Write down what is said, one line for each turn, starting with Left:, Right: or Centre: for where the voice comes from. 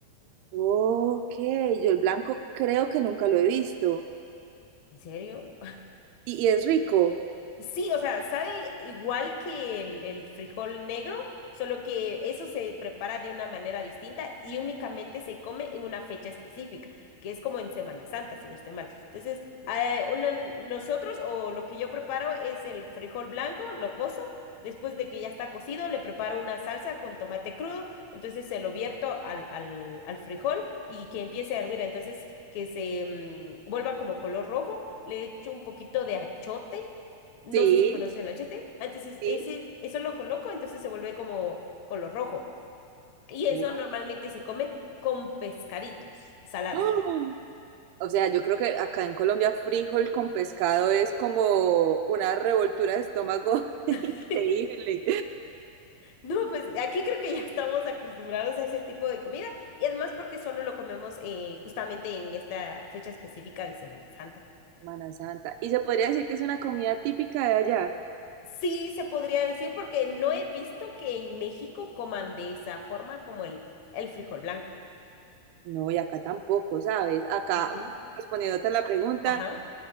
Right: Ok, yo el blanco creo que nunca lo he visto.
Left: ¿En serio?
Right: ¿Y, y es rico?
Left: Sí, o sea, sabe igual que el, el frijol negro, solo que eso se prepara de una manera distinta y únicamente se come en una fecha específica, que es como en Semana Santa, si no estoy mal. Entonces, eh, una- nosotros o lo que yo preparo es el frijol blanco, lo cozo, después de que ya está cocido, le preparo una salsa con tomate crudo, entonces se lo vierto al, al, al frijol y que empiece a hervir, entonces que se mm, vuelva como color rojo, le echo un poquito de achote no
Right: Sí,
Left: sé si conoces el achete. Entonces,
Right: sí.
Left: ese, eso lo coloco, entonces se vuelve como color rojo. Y eso
Right: Guau.
Left: normalmente se come con pescaditos salados.
Right: ¡Ah! O sea, yo creo que acá en Colombia frijol con pescado es como una revoltura de estómago <laughs> increíble.
Left: <laughs> No, pues aquí creo que ya estamos acostumbrados a ese tipo de comida y además porque solo lo comemos eh, justamente en esta fecha específica de Semana Santa.
Right: Semana Santa. ¿Y se podría decir que es una comida típica de allá?
Left: Sí, se podría decir porque no he visto que en México coman de esa forma como el, el frijol blanco.
Right: No, y acá tampoco, ¿sabes? Acá,
Left: Ujú.
Right: respondiéndote a la pregunta,
Left: Ajá.